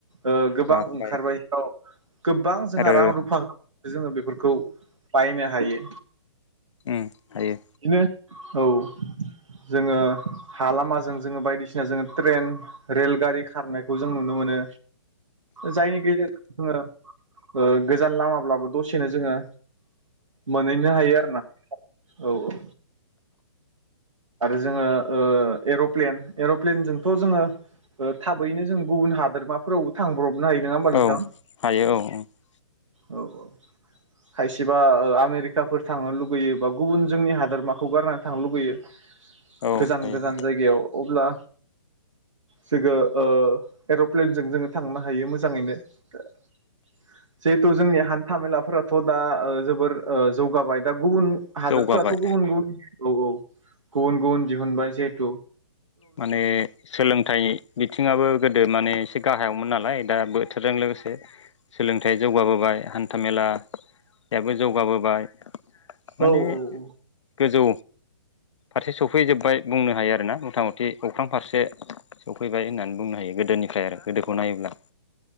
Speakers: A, on the right; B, on the left.
A: ओ गोबां
B: कार
A: ओंखारबाय
B: बाइक
A: औ। गोबां जोंहा
B: आरो
A: रां रुफा जोङो बेफोरखौ बायनो हायो।
B: उम हायो।
A: बिदिनो औ जोङो हा लामाजों जोङो बायदिसिना जोङो ट्रेन रेलगारि खारनायखौ जों नुनो मोनो जायनि गेजेरजों जोङो ओ गोजान लामाब्लाबो दसेनो जोङो मोनहैनो हायो आरोना औ औ। आरो जोङो ओ एर'प्लेन एर'प्लेनजोंथ' जोङो ओ थाबैनो जों गुबुन हादोरमाफोरावबो थांब्रबनो हायो नोङा होमबा नोंथां?
B: औ हायो औ औ
A: औ औ। खायसेबा ओ आमेरिकाफोर थांनो लुगैयो बा गुबुन जोंनि हादोरमाखौ गारनानै थांनो लुगैयो।
B: औ
A: गोजान
B: हायो
A: गोजान जायगायाव अब्ला जोङो ओ एर'प्लेनजों जोङो थांनो हायो मोजाङैनो <unintelligible> जिहेथु जोंनि हान था मेलाफोराथ' दा ओ जोबोर ओ जौगाबाय दा गुबुन हादोरफ्राथ'
B: जौगाबाय
A: गुबुन गुबुन औ औ गुबुन गुबुन दिहुनबाय जिहेतु।
B: माने सोलोंथाइ बिथिङाबो गोदो माने से गाहायावमोन नालाय दा बोथोरजों लोगोसे सोलोंथाइ जौगाबोबाय हान्थामेला बेबो जौगाबोबाय माने
A: औ औ औ।
B: गोजौ फारसे सफैजोबबाय बुंनो हायो आरोना मथा मथ थि अख्रां फारसे सौफैबाय होननानै बुंनो हायो गोदोनिफ्राय आरो गोदोखौ नायोब्ला।